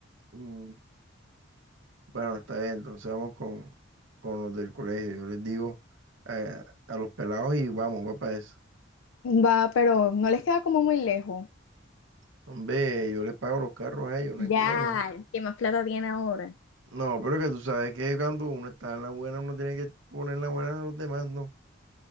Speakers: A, on the right (about 75°); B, on the left (about 80°).
A: Mm, Bueno, está bien, entonces vamos con, con los del colegio. Yo les digo eh, a, los pelados y vamos, va para eso.
B: Va, pero no les queda como muy lejos.
A: Hombre, yo les pago los carros a ellos, no
B: Ya,
A: hay problema.
B: ¿Qué más plata tiene ahora?
A: No, pero que tú sabes que cuando uno está en la buena, uno tiene que poner en la buena a los demás, ¿no?